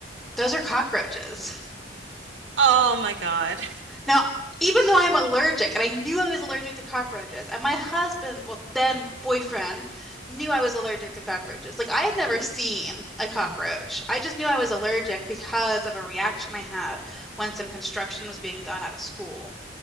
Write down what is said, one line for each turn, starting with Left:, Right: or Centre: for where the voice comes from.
Centre: Those are cockroaches.
Right: Oh my God.
Centre: Now, even though I'm allergic and I knew I was allergic to cockroaches, and my husband, well, then boyfriend, knew I was allergic to cockroaches. Like, I had never seen a cockroach. I just knew I was allergic because of a reaction I had when some construction was being done at a school.